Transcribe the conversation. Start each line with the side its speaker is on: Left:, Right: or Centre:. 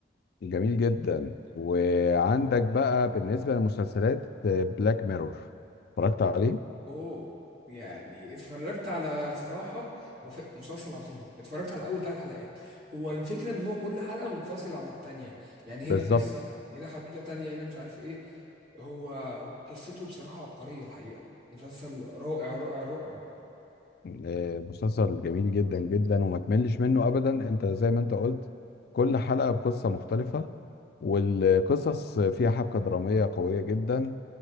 Left: جميل جدا وعندك بقى بالنسبة للمسلسلات بلاك ميرور اتفرجت عليه
Right: اوه يعني اتفرجت على بصراحة هو ف- مسلسل عظيم اتفرجت على اول ثلاث حلقات هو الفكرة ان هو كل حلقة منفصلة عن التانية يعني
Left: بالظبط
Right: هنا قصة هنا حدوتة تانية هنا مش عارف ايه هو قصته بصراحة عبقرية الحقيقة مسلسل رائع رائع رائع
Left: آه، مسلسل جميل جدا جدا وما تملش منه ابدا انت زي ما انت قلت كل حلقة بقصة مختلفة والقصص فيها حبكة درامية قوية جدا